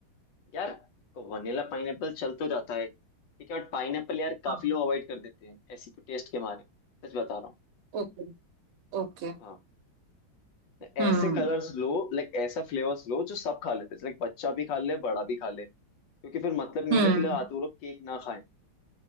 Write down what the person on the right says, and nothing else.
हाँ
Okay okay
हम्म
हम्म